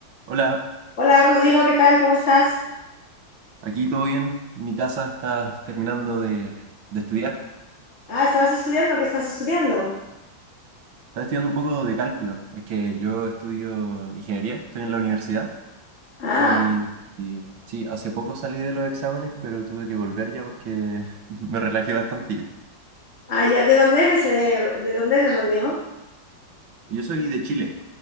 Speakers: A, on the right; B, on the left.
A: Hola,
B: Hola Rodrigo, ¿qué tal? ¿Cómo estás?
A: aquí todo bien. Mi casa está terminando de, de estudiar.
B: Ah, ¿estabas estudiando? ¿Qué estás estudiando?
A: Está estudiando un poco de cálculo. Es que yo estudio ingeniería, estoy en la universidad
B: Ah,
A: y, y sí, hace poco salí de los exámenes, pero tuve que volver ya porque <laughs> me relajé bastante ya.
B: ah, ya, ¿de dónde eres? eh, ¿De, de dónde eres, Rodrigo?
A: Yo soy de Chile.